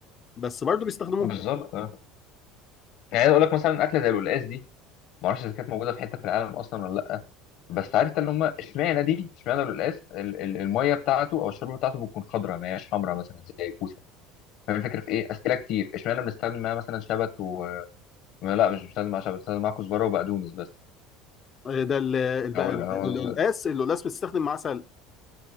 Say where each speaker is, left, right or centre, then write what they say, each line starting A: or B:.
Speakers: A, on the left; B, on the left.
A: بس برضو بيستخدموها
B: بالظبط اه يعني عايز اقول لك مثلا اكله زي القلقاس دي ما اعرفش اذا كانت موجوده في حته في العالم اصلا ولا لا بس عرفت ان هم اشمعنى دي اشمعنى القلقاس ال- ال- الميه بتاعته او الشوربه بتاعته بتكون خضراء ما هياش حمراء مثلا زي الكوسه فاهم الفكره في ايه اسئله كتير اشمعنى بنستخدم معاها مثلا شبت و لا مش بنستخدم معاها شبت بنستخدم معاها كزبره وبقدونس بس
A: آه، ده ال- ال- بقى
B: او أو
A: ال- ال-
B: أو-
A: القلقاس القلقاس بتستخدم معاه سلق